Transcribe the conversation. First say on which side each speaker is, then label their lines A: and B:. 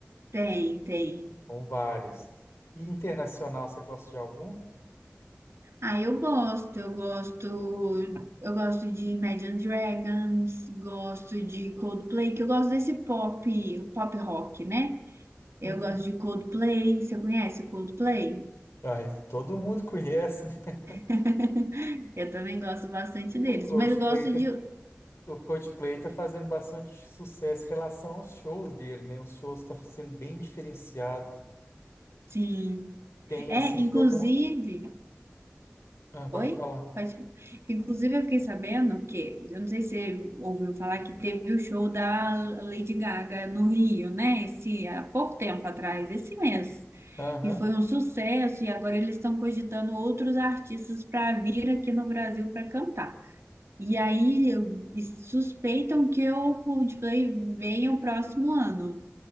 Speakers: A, on the right; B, on the left.
A: Tem, tem.
B: São várias. E internacional, você gosta de algum?
A: Ah, eu gosto, eu gosto, eu gosto de Imagine Dragons, gosto de Coldplay, que eu gosto desse pop, pop rock, né? Eu
B: Uhum.
A: gosto de Coldplay, você conhece Coldplay?
B: Ai, todo mundo conhece, né?
A: <laughs> Eu também gosto bastante deles,
B: O Coldplay
A: mas eu gosto de,
B: tá, o Coldplay tá fazendo bastante sucesso em relação aos shows dele, né? Os shows estão sendo bem diferenciado.
A: sim.
B: Tem,
A: É,
B: assim,
A: inclusive,
B: todo um... Ah, pode
A: Oi?
B: falar.
A: Pode... Inclusive, eu fiquei sabendo que, eu não sei se você ouviu falar que teve o show da Lady Gaga no Rio, né? Esse, há pouco tempo atrás, esse mês.
B: Aham.
A: E foi um sucesso, e agora eles estão cogitando outros artistas para vir aqui no Brasil para cantar. E aí eu- e suspeitam que o Coldplay venha o próximo ano.